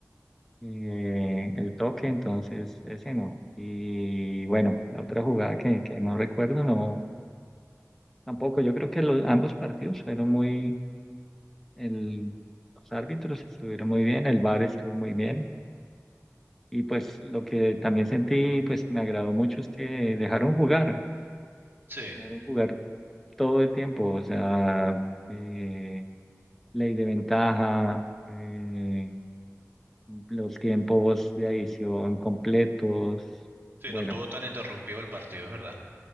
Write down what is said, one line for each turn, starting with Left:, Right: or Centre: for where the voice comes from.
Centre: eh, el toque, entonces ese no, y bueno, la otra jugada que, que no recuerdo, no, tampoco, yo creo que los, ambos partidos fueron muy, el, los árbitros estuvieron muy bien, el VAR estuvo muy bien. Y pues lo que también sentí, pues me agradó mucho es que dejaron jugar,
Right: Sí.
Centre: dejaron jugar todo el tiempo, o sea, eh, ley de ventaja, eh, los tiempos de adición completos,
Right: Sí,
Centre: bueno,
Right: no estuvo tan interrumpido el partido, es verdad.